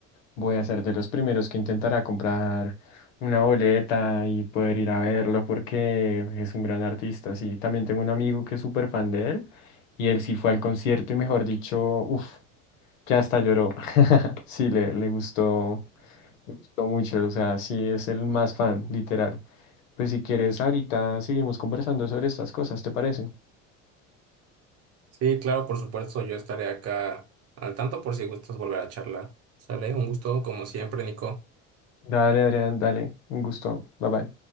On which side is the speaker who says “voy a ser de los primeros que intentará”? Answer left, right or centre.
Left